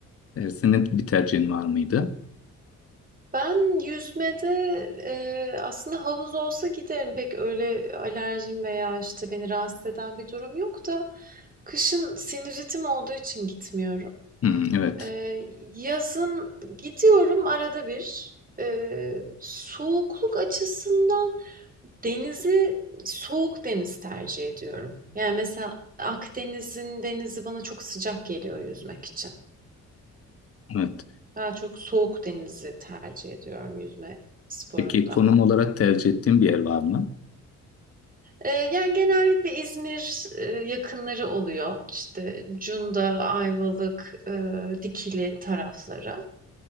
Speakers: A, on the left; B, on the right.
A: E, senin bir tercihin var mıydı?
B: Ben yüzmede e, aslında havuz olsa giderim. Pek öyle alerjim veya işte beni rahatsız eden bir durum yok da kışın sinüzitim olduğu için gitmiyorum.
A: Hmm, evet.
B: E, yazın gidiyorum arada bir. E, soğukluk açısından Denizi, soğuk deniz tercih ediyorum. Yani mesela Akdeniz'in denizi bana çok sıcak geliyor yüzmek için.
A: Evet.
B: Daha çok soğuk denizi tercih ediyorum yüzme sporunda.
A: Peki konum olarak tercih ettiğin bir yer var mı?
B: Ee, yani genellikle İzmir e, yakınları oluyor. İşte Cunda, Ayvalık, e, Dikili tarafları.